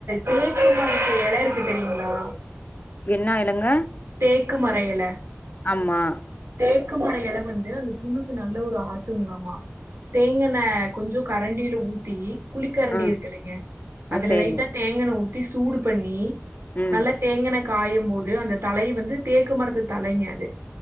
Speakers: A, on the right; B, on the left.
A: தேக்கு மரது இல இருக்கு தெரியுங்களா
B: என்ன இலங்க
A: தேக்கு மர இல
B: ஆமா
A: தேக்கு மர இல வந்து அந்த புண்ணுக்கு நல்ல ஒரு ஆத்துங்களாமா தேங்கன கொஞ்சோ கரண்டியில ஊத்தி குழி கரண்டி
B: ஆ.
A: இருக்கு இல்லைங்க
B: ஆ
A: அதுல
B: சரிங்க.
A: லைட்டா தேங்கண ஊத்தி சூடு பண்ணி
B: ம்.
A: நல்ல தேங்கண காயும் போது அந்த தலை வந்து தேக்கு மரத்து தலைங்க அது